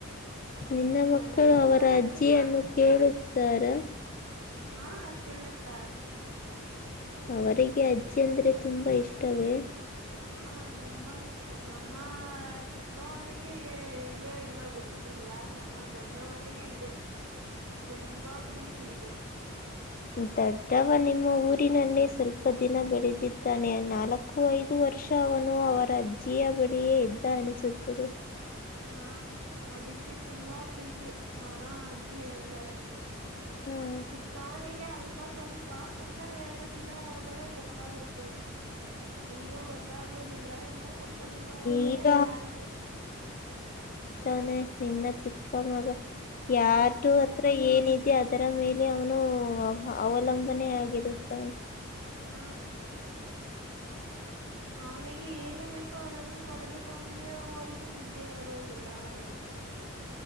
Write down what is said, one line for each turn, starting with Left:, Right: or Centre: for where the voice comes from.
Left: ನಿನ್ನ ಮಕ್ಕಳು
Right: ನನ್ನ ಚಿಕ್ಕ
Left: ಅವರ
Right: ತಂಗಿ
Left: ಅಜ್ಜಿಯನ್ನು ಕೇಳುತ್ತಾರ
Right: ಹಾ ಕೇಳುತ್ತಾರೆ
Left: ಅವರಿಗೆ ಅಜ್ಜಿ ಅಂದ್ರೆ ತುಂಬಾ ಇಷ್ಟವೇ
Right: ಹಾ ತುಂಬಾ ಇಷ್ಟ ನಮ್ಮ ಚಿಕ್ಕವನಿಗೆ ಇದ್ಯೋ ಇಲ್ಲ ಗೊತ್ತಿಲ್ಲ ನ ತಮ್ಮ ದೊಡ್ಡ ಮನೆಗೆ ಇದೆ ತುಂಬಾ ಪ್ರೀತಿ ಇದೆ
Left: ದೊಡ್ಡವ ನಿಮ್ಮ ಊರಿನಲ್ಲೇ ಸ್ವಲ್ಪ ದಿನ ಬೆಳೆದಿದ್ದಾನೆ ನಾಲ್ಕು ಐದು ವರ್ಷ ಅವನು ಅವರ ಅಜ್ಜಿಯ ಬಳಿಯೇ ಇದ್ದ ಅನಿಸುತ್ತದೆ
Right: ಹಾ ಅದಕ್ಕೆ ತುಂಬಾ ಪ್ರೀತಿ ಅವರ ಅಜ್ಜಿ ಅಂದರೆ
Left: ಹ
Right: ಚಿಕ್ಕವನಿಗೆ ಅಲ್ಪ ಸ್ವಲ್ಪ ಇನ್ನು ಎರಡು ದಿನ ಹೋದರೆ ಗೊತ್ತಾಗುತ್ತೈತೆ ಈಗ ಗೊತ್ತಾಗುದಿಲ್ಲ ಇನ್ನ ಸ್ವಲ್ಪ ದಿನ ಹೋದ್ರೆ
Left: ಈಗ
Right: ಯಾರ ಮೇಲ್
Left: ತಾನೆ ನಿನ್ನ ಚಿಕ್ಕ ಮಗ ಯಾರು
Right: ಹ
Left: ಹತ್ರ ಏನಿದೆ ಅದರ ಮೇಲೆ ಅವನು ಅವಲಂಬನೆ ಆಗಿರುತ್ತ
Right: ಹಾ ಅವನಿಗೆ ಏನು ಬೇಕೋ ಅದನ್ನು ಪಡೆದುಕೊಳ್ಳವರ್ಗೂ ನಿದ್ದೆ ಬರುವುದಿಲ್ಲ ಅವನಿಗೆ